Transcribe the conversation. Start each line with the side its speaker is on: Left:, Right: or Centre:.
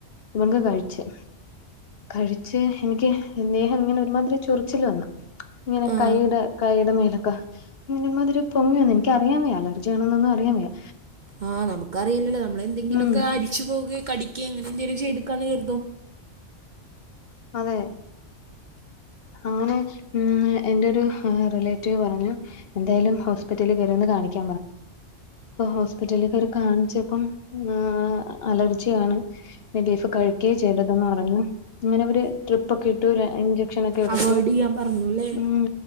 Left: ഇവക്ക് കഴിച്ചു കഴിച്ച് എനിക്ക് ദേഹം ഇങ്ങനെ ഒരുമാതിരി ചൊറിച്ചില് വന്നു ഇങ്ങനെ
Right: ആ ആ
Left: കൈയുടെ കൈയുടെ മേലൊക്കെ ഇമാതിരി പൊങ്ങി വന്ന് എനിക്കറിയാൻ വയ്യ അലർജിയാണൊന്നു അറിയാൻ വയ്യാ
Right: ആഹ് നമുക്കറിയില്ലല്ലോ നമ്മളെന്തെങ്കിലുമൊക്കെ
Left: ഉം
Right: അരിച്ചു പോക കടിക്കുക അങ്ങനെ എന്തെങ്കിലും ചെയ്തക്കാന്ന് കരുതോ
Left: അതെ അങ്ങനെ എന്റെ ഒരു റിലേറ്റീവ് പറഞ്ഞു എന്തായാലും ഹോസ്പിറ്റലിൽ കേറിയൊന്ന് കാണിക്ക അപ്പൊ ഹോസ്പിറ്റലിൽ കാണിച്ചപ്പം ആഹ് അലർജിയാണ് ബീഫ് കഴിക്ക ചെയ്തെന്ന് പറഞ്ഞു ഇങ്ങനെ അവര് ട്രിപ്പൊക്കെ ഇട്ടു ഇഞ്ചക്ഷനൊക്കെ എടുത്തു
Right: അവോയ്ഡ് ചെയ്യാൻ പറഞ്ഞു അല്ലേ
Left: ഉം